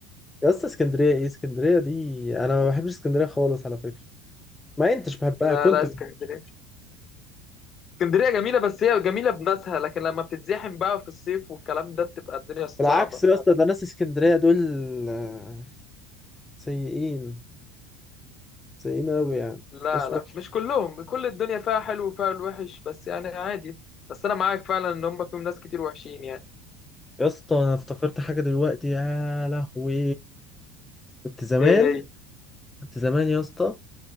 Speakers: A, on the left; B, on the left.
A: يا اسطى اسكندريه ايه اسكندريه دي انا ما بحبش اسكندريه خالص على فكره ما انتش بحبها
B: لا
A: كنت
B: لا اسكندرية اسكندرية جميلة بس هي جميلة بناسها لكن لما بتتزاحم بقى في الصيف والكلام ده بتبقى الدنيا صعبة
A: بالعكس يا اسطى ده ناس اسكندريه دول آه، سيئين سيئين قوي يعني
B: لا
A: ناس
B: لا
A: وحشة.
B: مش كلهم كل الدنيا فيها حلو وفيها الوحش بس يعني عادي بس انا معاك فعلا ان هم فيهم ناس كتير وحشين يعني
A: يا اسطى انا افتكرت حاجه دلوقتي يا لهوي كنت زمان
B: ايه هي
A: كنت زمان يا اسطى